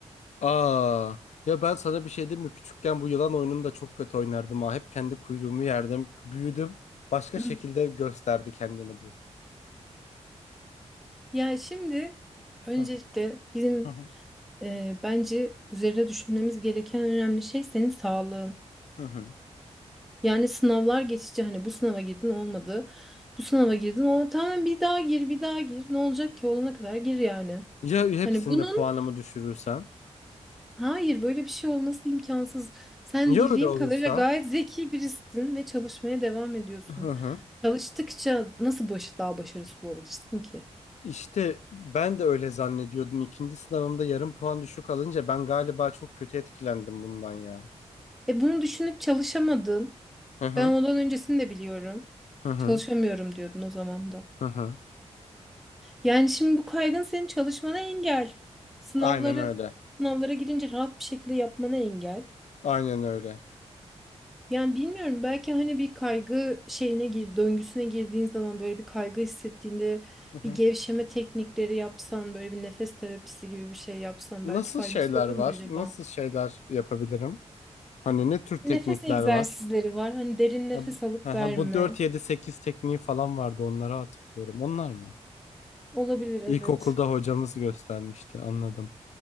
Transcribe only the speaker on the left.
Aa, ya ben sana bir şey diyeyim mi? Küçükken bu yılan oyununu da çok kötü oynardım ha. Hep kendi kuyruğumu yerdim. Büyüdüm. Başka
şekilde gösterdi kendini bu.
Hı
hı hı.
hı.
Ya hepsinde
puanımı düşürürsem?
Ya
öyle olursa?
Hı hı.
İşte ben de öyle zannediyordum. İkinci sınavımda yarım puan düşük alınca ben galiba çok kötü etkilendim bundan ya.
Hı hı
hı hı
hı hı.
Aynen öyle.
Aynen öyle.
Hı hı.
Nasıl
şeyler
var?
Nasıl şeyler yapabilirim? Hani ne tür teknikler
var?
Ha,
Hı hı.
Bu dört yedi sekiz tekniği falan vardı onları hatırlıyorum. Onlar mı?
İlkokulda hocamız göstermişti anladım.